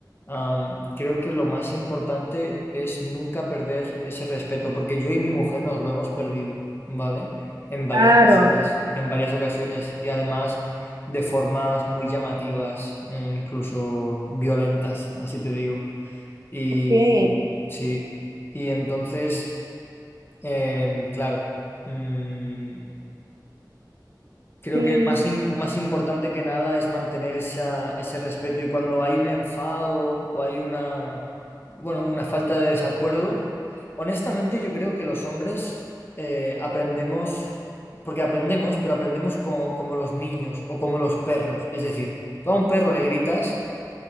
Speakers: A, on the left; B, on the right.
A: am, creo que lo más importante es nunca perder ese respeto, porque yo y mi mujer nos lo hemos perdido, ¿vale? En varias
B: Claro,
A: ocasiones, en varias ocasiones, y además de formas muy llamativas, eh, incluso violentas, así te digo. Y
B: ok,
A: sí, y entonces, em, claro, mm, creo
B: sí.
A: que más, im- más importante que nada es mantener esa, ese respeto y cuando hay un enfado o hay una, bueno, una falta de desacuerdo, honestamente yo creo que los hombres eh, aprendemos, porque aprendemos, pero aprendemos co- como los niños o como los perros, es decir, tú a un perro le gritas,